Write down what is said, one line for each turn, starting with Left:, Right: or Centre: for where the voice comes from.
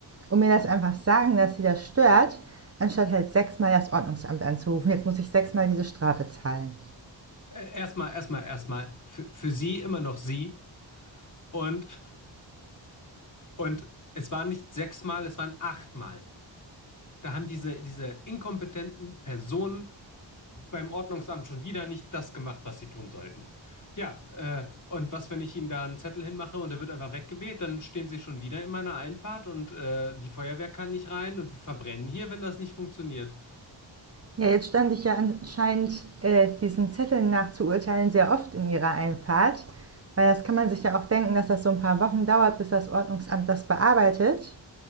Right: und mir das einfach sagen, dass Sie das stört, anstatt halt sechsmal das Ordnungsamt anzurufen. Jetzt muss ich sechsmal diese Strafe zahlen.
Left: Äh, Erstmal, erstmal, erstmal. Für, für sie immer noch sie. Und, und es waren nicht sechsmal, es waren achtmal. Da haben diese, diese inkompetenten Personen beim Ordnungsamt schon wieder nicht das gemacht, was sie tun sollten. Ja, äh, und was, wenn ich ihnen da einen Zettel hinmache und der wird einfach weggeweht, dann stehen sie schon wieder in meiner Einfahrt und äh, die Feuerwehr kann nicht rein und wir verbrennen hier, wenn das nicht funktioniert.
Right: Ja, jetzt stand ich ja anscheinend äh, diesen Zetteln nach zu urteilen sehr oft in Ihrer Einfahrt, weil das kann man sich ja auch denken, dass das so ein paar Wochen dauert, bis das Ordnungsamt das bearbeitet.